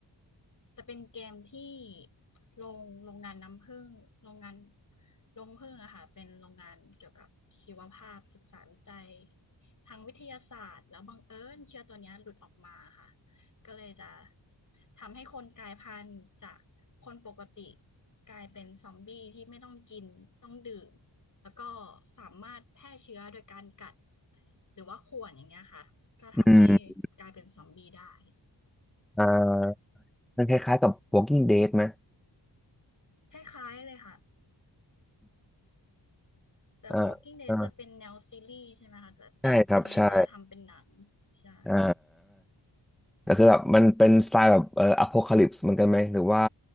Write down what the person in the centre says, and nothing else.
อืม
อ่ามันคล้ายๆกับ Walking Dead ไหม
อ่า
อ่า
ใช่ครับใช่
อ่า แต่คือแบบมันเป็นสไตล์แบบเอ่ออโพคาลิปส์เหมือนกันไหมหรือว่า